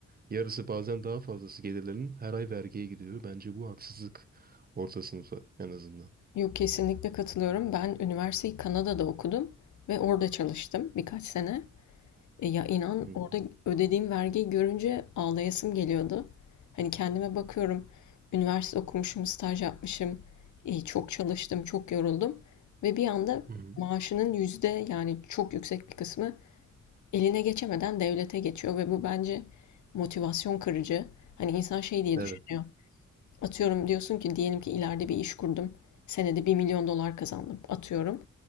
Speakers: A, on the right; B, on the left.
A: yarısı bazen daha fazlası gelirlerinin her ay vergiye gidiyor. Bence bu haksızlık orta sınıfa en azından.
B: Yok kesinlikle katılıyorum. Ben üniversiteyi Kanada'da okudum ve orada çalıştım birkaç sene. E ya inan
A: Hı hı.
B: orada ödediğim vergiyi görünce ağlayasım geliyordu. Hani kendime bakıyorum, üniversite okumuşum, staj yapmışım, e, çok çalıştım, çok yoruldum ve bir anda
A: Hı hı.
B: maaşının yüzde yani çok yüksek bir kısmı eline geçemeden devlete geçiyor ve bu bence motivasyon kırıcı. Hani insan şey diye
A: Evet,
B: düşünüyor. Atıyorum diyorsun ki diyelim ki ileride bir iş kurdum. Senede bir milyon dolar kazandım. Atıyorum.